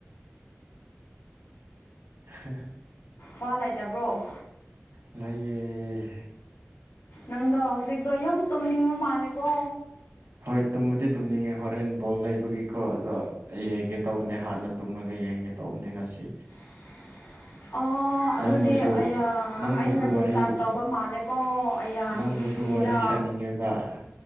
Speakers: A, on the right; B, on the left.
A: ꯍ <inaudible>
B: ꯋꯥ ꯂꯩꯇꯕ꯭ꯔꯣ
A: ꯂꯩꯌꯦ
B: ꯅꯪꯗꯣ ꯍꯧꯖꯤꯛꯇꯣ ꯌꯨꯝ ꯇꯨꯝꯅꯤꯡꯕ ꯃꯥꯜꯂꯦꯀꯣ
A: ꯍꯣꯏ ꯇꯨꯝꯃꯗꯤ ꯇꯨꯝꯅꯤꯡꯉꯦ ꯍꯣꯔꯦꯟ ꯕꯣꯜ ꯂꯩꯕꯒꯤꯀꯣ ꯑꯗꯣ ꯑꯩ ꯌꯦꯡꯒꯦ ꯇꯧꯕꯅꯦ ꯍꯥꯟꯅ ꯇꯨꯝꯂꯒ ꯌꯦꯡꯒꯦ ꯇꯧꯕꯅꯦ ꯉꯁꯤ
B: <unintelligible> ꯑꯣ ꯑꯗꯨꯗꯤ
A: ꯅꯪꯕꯨꯁꯨ
B: ꯑꯌꯥ
A: ꯅꯪꯕꯨꯁꯨ
B: ꯑꯩꯅ
A: ꯋꯥꯔꯤ
B: ꯗꯤꯁꯇꯥꯔꯕ ꯇꯧꯕ ꯃꯥꯜꯂꯦꯀꯣ ꯑꯩꯌꯥ
A: ꯅꯪꯕꯨꯁꯨ
B: ꯅꯨꯁꯤ ꯁꯤꯗꯥ
A: ꯋꯥꯔꯤ ꯁꯥꯅꯤꯡꯉꯦꯕ